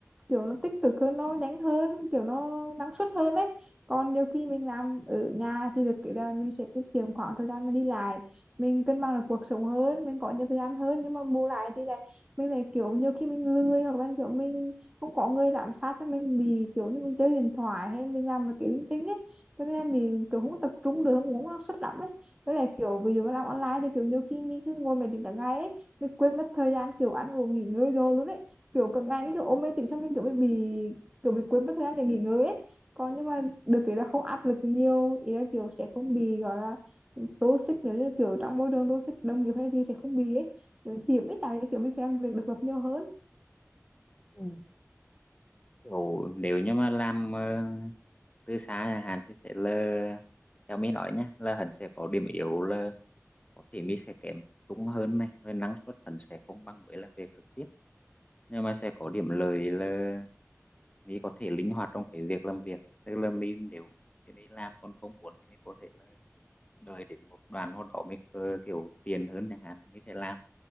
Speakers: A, on the right; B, on the left.
A: kiểu nó tích cực hơn nó nhanh hơn kiểu nó năng suất hơn đấy. còn nhiều khi mình làm ở nhà thì được cái là mình sẽ tiết kiệm khoảng thời gian mà đi lại mình cân bằng được cuộc sống hơn mình có nhiều thời gian hơn nhưng mà bù lại thì lại mình lại kiểu nhiều khi mình lười hoặc là kiểu mình không có người giám sát thì mình bị kiểu như mình chơi điện thoại hay mình làm cái kiểu linh tinh ấy cho nên là mình kiểu không tập trung được không có năng suất lắm ấy với lại kiểu ví dụ mà làm online thì kiểu nhiều khi mình cứ ngồi máy tính cả ngày ấy mình quên mất thời gian kiểu ăn uống nghỉ ngơi rồi luôn ấy kiểu cả ngày mình kiểu ôm máy tính cho mình kiểu mình bị kiểu bị quên mất thời gian để nghỉ ngơi ấy còn nhưng mà được cái là không áp lực nhiều ý là kiểu sẽ không bị gọi là toxic nếu như kiểu trong môi trường toxic đồng nghiệp hay gì sẽ không bị ấy kiểu hiểm ấy tại vì kiểu mình sẽ làm việc độc lập nhiều hơn
B: chính Ồ, nếu như mà làm ờ, từ xa chẳng hạn thì sẽ là theo mình nói nhé là hắn sẽ có điểm yếu là có thể mình sẽ kém tập trung hơn này rồi năng suất hắn sẽ không bằng với làm việc trực tiếp nhưng mà sẽ có điểm lợi là mình có thể linh hoạt trong cái việc làm việc tức là mình nếu thì mình làm còn không muốn thì mình có thể là đợi đến một đoạn nào đó mình ờ, kiểu tiền hơn chẳng hạn mình sẽ làm